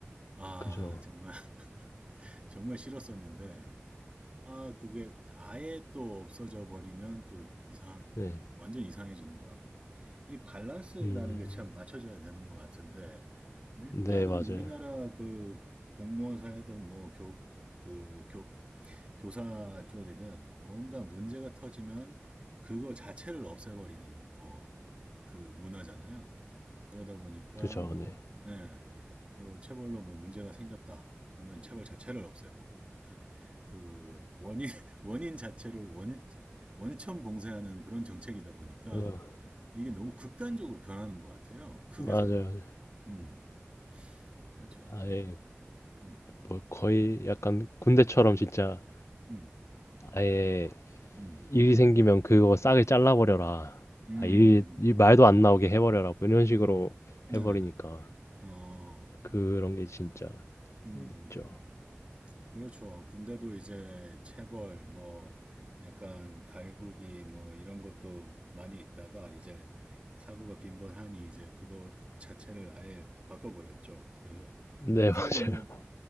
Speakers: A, on the right (about 25°); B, on the left (about 80°).
A: 아,
B: 그죠.
A: 정말, <laughs> 정말 싫었었는데, 아, 그게 아예 또 없어져 버리면 또 이상,
B: 네,
A: 완전 이상해지는 것 같고. 이 밸런스라는
B: 음,
A: 게 참 맞춰져야 되는 것 같은데, 일단은
B: 네, 맞아요.
A: 우리나라 그 공무원사이든 뭐 교, 그 교, 교사 쪽이든 뭔가 문제가 터지면 그거 자체를 없애버리는 뭐 그 문화잖아요. 그러다 보니까
B: 그죠,
A: 뭐,
B: 네.
A: 예, 그 체벌로 뭐 문제가 생겼다. 그러면 체벌 자체를 없애고, 그 원인 <laughs> 원인 자체를 원 원천 봉쇄하는 그런 정책이다 보니까
B: 그래서
A: 이게 너무 극단적으로 변하는 것 같아요. 극에서
B: 맞아요.
A: 극.
B: 맞아요.
A: 음, 그렇죠.
B: 아예
A: 음,
B: 뭐 거의 약간 군대처럼 진짜
A: 음,
B: 아예
A: 음,
B: 일이 생기면 그거 싸게 잘라버려라.
A: 음, 음,
B: 아, 일, 일 말도 안 나오게 해버려라. 뭐 이런 식으로
A: 나나나.
B: 해버리니까
A: 어,
B: 그런 게 진짜
A: 음, 음,
B: 있죠.
A: 음. 음. 그렇죠. 군대도 이제 체벌 뭐 약간 갈구기 뭐 이런 것도 많이 있다가 이제 사고가 빈번하니 이제 그것 자체를 아예 바꿔버렸죠. 그래서
B: 네,
A: 요새는
B: <laughs> 맞아요.
A: 뭐